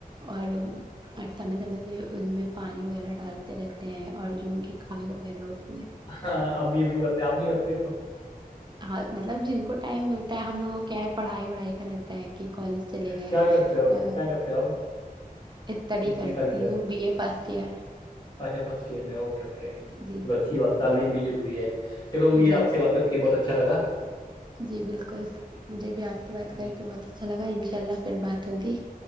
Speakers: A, on the right; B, on the left.
A: اور اور سمے دمے سے ان میں پانی وغیرہ ڈالتے رہتے ہیں اور جو ان کی کھاد وغیرہ ہوتی ہے
B: ہاں امی ابو کرتے آپ نہیں کرتے ا
A: ہاں مطلب جن کو ٹائم ملتا ہے ہم لوگوں کیا ہے پڑھائی وڑھائی کر رہ کہ کالج چلے گئے
B: کیا کرتے ہو کیا کرتے ہو آپ
A: اسٹڈی
B: کس
A: کرتی
B: کی تعلیم لے؟
A: ہوں بی اے فسٹ ایئر
B: اچھا فسٹ ایئر میں اوکے اوکے
A: جی
B: بوچ ب تعلیم بھی ضروری ہے چلو مجھ یہ
A: جی
B: آپ سے بات کر کے بہت اچھا لگا
A: جی بالکل مجھے بھی آپ سے بات کر
B: جی
A: کے بہت اچھا لگا ان شاء اللہ پھر بات ہوگی